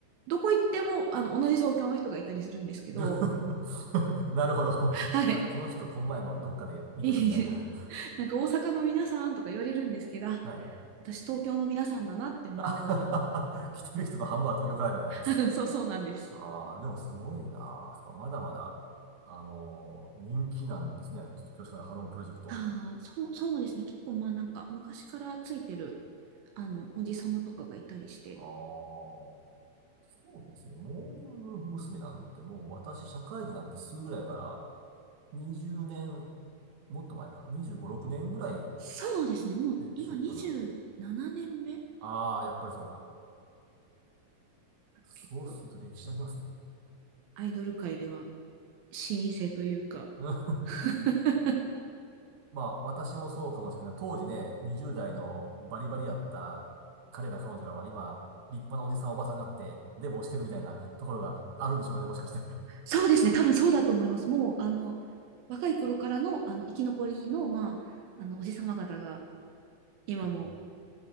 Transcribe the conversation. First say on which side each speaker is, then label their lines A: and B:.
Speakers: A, on the right; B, on the right.
A: どこ行っても、あの、同じ東京の人がいたりするんですけど、
B: で <laughs> なるほど。
A: はい。
B: あれ、この人、この前もどっかで見たよ、
A: <laughs> いい
B: みたいな。
A: なんか大阪の皆さんとか言われるんですけど、あ
B: はい。
A: 私東京の皆さんだなって思いながら、
B: あ <laughs> 来てる人の半分は東京からみたいな。
A: <laughs> そうそうなんです。
B: ああ、でもすごいな。そうか、まだまだ、あのー人気なんですね。ちょっと恐縮ながらハロープロジェクト。
A: ああ、そう、そうですね。結構まあなんか昔からついてる、あの、おじさまとかがいたりして、
B: ああ、そうですね。モーニング娘。なんてもう私、社会人になってすぐぐらいから20年、もっと前か、25、6年ぐらい、
A: そうですね。もう今27年目、
B: ね、しょっぱなは。ああ、やっぱりそうだ。
A: なんか結構
B: そうすると歴史ありますね。
A: アイドル界では老舗というか、
B: <laughs>
A: <laughs>
B: まあ、私もそうかもしれない当時ね、20代のバリバリやった彼ら彼女らは今、立派なおじさんおばさんになって、でも推してるみたいなところがあるんでしょうかね、もしかして。
A: そうですね、多分そうだと思います。もう、あの、若い頃からの、あの、生き残りの、まあ、あの、おじさま方が、今も
B: うん